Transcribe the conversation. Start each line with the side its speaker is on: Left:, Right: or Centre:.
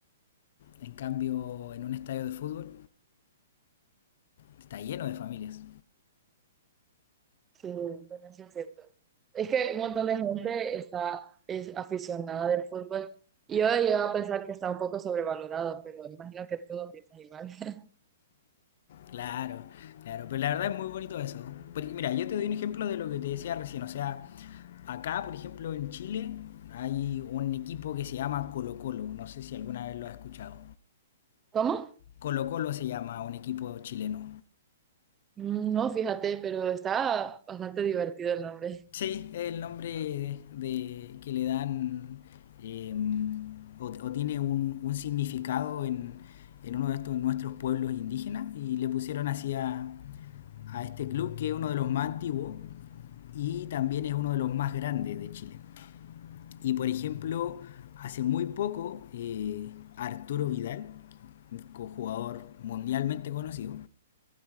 Left: En cambio, en un estadio de fútbol está lleno de familias.
Right: Sí, bueno, sí es cierto. Es que un montón de gente está, es aficionada del fútbol. Y yo he llegado a pensar que está un poco sobrevalorado, pero imagino que tú no piensas igual. <laughs>
Left: Claro, claro, pero la verdad es muy bonito eso. Por- mira, yo te doy un ejemplo de lo que te decía recién, o sea, acá, por ejemplo, en Chile hay un equipo que se llama Colo Colo, no sé si alguna vez lo has escuchado.
Right: ¿Cómo?
Left: Colo Colo se llama un equipo chileno.
Right: Mm, No, fíjate, pero está bastante divertido el nombre.
Left: Sí, es el nombre de, de- que le dan eh, o, o tiene un, un significado en, en uno de estos nuestros pueblos indígenas y le pusieron así a, a este club que es uno de los más antiguos y también es uno de los más grandes de Chile. Y por ejemplo, hace muy poco eh, Arturo Vidal, co- jugador mundialmente conocido,